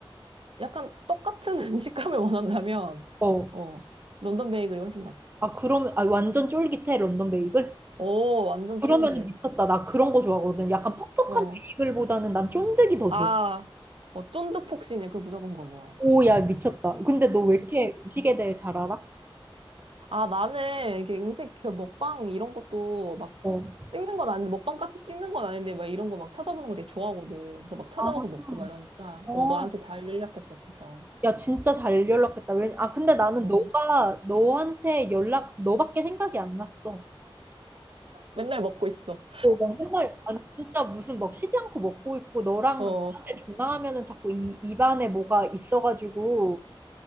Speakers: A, on the right (about 70°); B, on the right (about 20°).
A: 약간 똑같은 <laughs> 식감을 원한다면
B: 어.
A: 어 런던 베이글이 훨씬 낫지.
B: 아 그러면 아 완전 쫄깃해 런던 베이글?
A: 오 완전
B: 그러면
A: 쫄깃.
B: 미쳤다. 나 그런 거 좋아하거든. 약간 퍽퍽한
A: 어.
B: 베이글보다는 난 쫀득이 더
A: 아,
B: 좋아.
A: 어, 쫀득폭신이야. 그 무조건 그거 먹어야 돼.
B: 오, 야, 미쳤다. 근데 너 왜 이렇게 음식에 대해 잘 알아?
A: 아, 나는 이게 음식 그 먹방 이런 것도 막
B: 어.
A: 찍는 건 아닌데 먹방 같이 찍는 건 아닌데 막 이런 거 막 찾아보는 거 되게 좋아하거든. 그래서 막 찾아가서
B: 아,
A: 먹고 막 이러니까
B: 어.
A: 어 너한테 잘 연락했어 진짜.
B: 야, 진짜 잘 연락했다. 왜, 아, 근데 나는
A: 어,
B: 너가, 너한테 연락, 너밖에 생각이 안 났어.
A: 맨날 먹고 있어.
B: 어, 막 맨날, 아니, 진짜 무슨 막 쉬지 않고 먹고 있고, 너랑,
A: 어.
B: 너한테 전화하면은 자꾸 이, 입안에 뭐가 있어가지고,